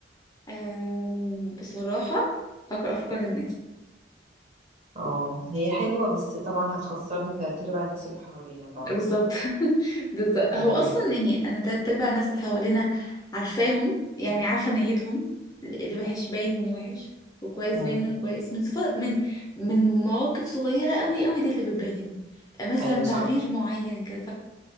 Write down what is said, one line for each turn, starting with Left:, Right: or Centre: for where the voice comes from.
Left: أم، بصراحة أقرأ أفكار الناس
Right: اه هي حلوة بس طبعا هتخسرنا تلات ارباع الناس اللي حوالينا فاهمة
Left: بالظبط <laughs> بالظبط
Right: مم.
Left: هو أصلا يعني أنا تلات أرباع الناس اللي حوالينا عارفاهم يعني عارفة نيتهم اللي وحش باين إنه وحش وكويس
Right: مم.
Left: باين إنه كويس من صفات من من مواقف صغيرة أوي أوي دي اللي بتبين مثلا
Right: ايوه صح
Left: تعبير معين كده